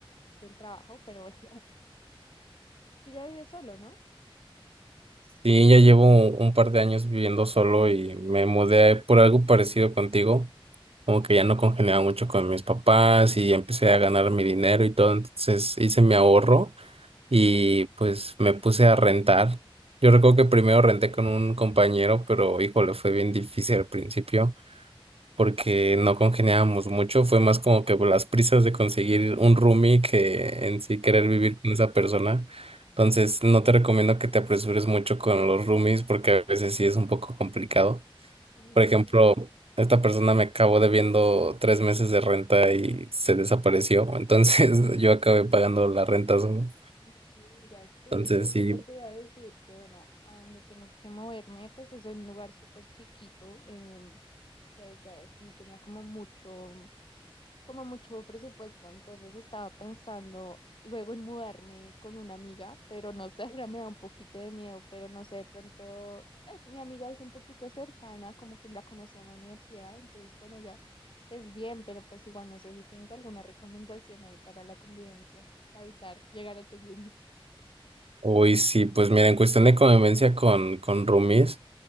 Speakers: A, on the left (about 60°); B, on the right (about 85°).
A: del trabajo, pero bueno, <laughs> tú ya vives solo, ¿no?
B: sí, ya llevo un, un par de años viviendo solo y me mudé por algo parecido contigo, como que ya no congeniaba mucho con mis papás y empecé a ganar mi dinero y todo, entonces hice mi ahorro y
A: Ujú,
B: pues me puse a rentar. Yo recuerdo que primero renté con un compañero, pero híjole, fue bien difícil al principio. porque no congeniábamos mucho, fue más como que por las prisas de conseguir un roomie que en sí querer
A: Claro.
B: vivir con esa persona. Entonces, no te recomiendo que te apresures mucho con los roomies porque a veces sí es un poco complicado.
A: Aunque
B: Por ejemplo, esta persona me acabó debiendo tres meses de renta y se desapareció, entonces <laughs> yo acabé pagando la renta solo.
A: me digas, pues
B: Entonces,
A: es que justo
B: sí,
A: te iba a decir que bueno, a donde tengo que moverme, pues es un lugar súper chiquito, em, pues ya ves que no tenía como mucho. como mucho presupuesto, entonces estaba pensando luego en mudarme con una amiga, pero no sé, <laughs> ahora me da un poquito de miedo, pero no sé, de pronto, pues mi amiga es un poquito cercana, como que la conocí en la universidad, entonces con ella, pues bien, pero pues igual no sé si tienes alguna recomendación ahí para la convivencia, para evitar llegar a esos límites.
B: hoy sí, pues mira, en cuestión de convivencia con, con roomies.